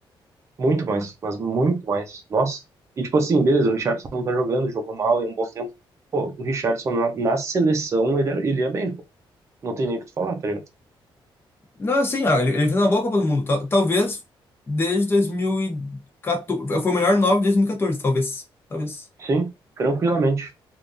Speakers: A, on the right; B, on the left.
A: Muito mais, mas muito mais. Nossa. E tipo assim, beleza, o Richarlison não tá jogando, jogou mal em um bom tempo. Pô, o Richarlison na, na seleção, ele, é- ele é bem, pô. Não tem nem o que tu falar, tá ligado?
B: Não, assim, ah, ele, ele fez uma boa Copa do Mundo. Tal- talvez desde 2014. Foi o melhor nove desde 2014, talvez. Talvez.
A: Sim, tranquilamente.